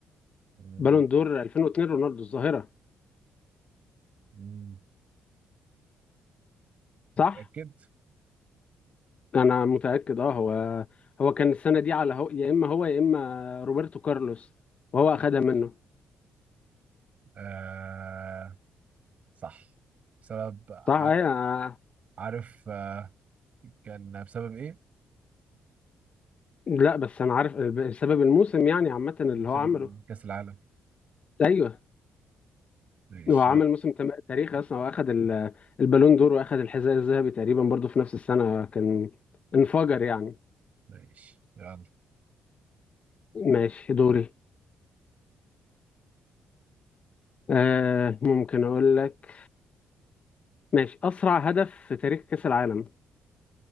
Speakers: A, on the right (about 45°); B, on the left (about 40°).
A: مم،
B: بالون دور 2002 رونالدو الظاهرة
A: مم،
B: صح
A: متأكد
B: انا متأكد اه هو هو كان السنة دي على هو... يا اما هو يا اما روبرتو كارلوس وهو اخدها منه
A: أه صح بسبب عارف
B: صح ايوه
A: عارف أه كان بسبب ايه
B: لا بس انا عارف بسبب الموسم يعني عامه اللي
A: موسم
B: هو عمله
A: كأس العالم
B: ايوه
A: ماشي
B: هو عمل موسم تم- تاريخي اصلا واخد ال- البالون دور واخد الحذاء الذهبي تقريبا برضو في نفس السنه كان انفجر يعني
A: ماشي يلا
B: ماشي دوري آه ممكن اقول لك ماشي اسرع هدف في تاريخ كاس العالم